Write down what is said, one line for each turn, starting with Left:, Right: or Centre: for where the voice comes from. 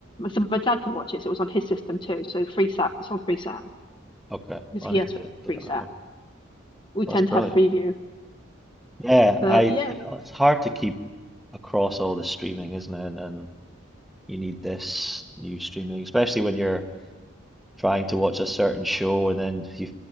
Left: So my dad could watch it, so it was on his system too. So Freesat, it's on Freesat
Centre: okay.
Left: because
Centre: I
Left: he
Centre: need
Left: has
Centre: to look
Left: Freesat.
Centre: at that one.
Left: We
Centre: That's
Left: tend
Centre: brilliant.
Left: to have Freeview,
Centre: Yeah,
Left: but
Centre: I.
Left: yeah.
Centre: oh, It's hard to keep across all the streaming, isn't it? And you need this new streaming, especially when you're trying to watch a certain show and then you